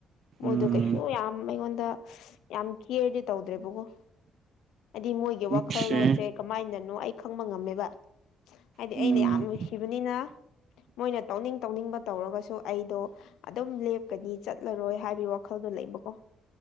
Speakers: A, on the right; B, on the left.
A: ꯎꯝ
B: ꯃꯣꯏꯗꯣ ꯀꯩꯁꯨ ꯌꯥꯝ ꯑꯩꯉꯣꯟꯗ ꯌꯥꯝꯃ ꯀꯤꯔꯥꯗꯤ ꯇꯧꯗ꯭ꯔꯦ ꯕꯒꯨ ꯍꯥꯏꯗꯤ ꯃꯣꯏꯒꯤ
A: ꯑꯣꯀꯦ
B: ꯋꯥꯈꯜꯂꯣꯟꯁꯦ ꯀꯃꯥꯏꯅꯅꯣ ꯑꯩ ꯈꯪꯕ ꯉꯝꯃꯦꯕ ꯍꯥꯏꯗꯤ
A: ꯎꯝ
B: ꯑꯩꯅ ꯌꯥꯝ ꯅꯨꯡꯁꯤꯕꯅꯤꯅ ꯃꯣꯏꯅ ꯇꯧꯅꯤꯡ ꯇꯧꯅꯤꯡꯕ ꯇꯧꯔꯒꯁꯨ ꯑꯩꯗꯣ ꯑꯗꯨꯝ ꯂꯦꯞꯀꯅꯤ ꯆꯠꯂꯔꯣꯏ ꯍꯥꯏꯕꯒꯤ ꯋꯥꯈꯜꯗꯣ ꯂꯩꯕꯀꯣ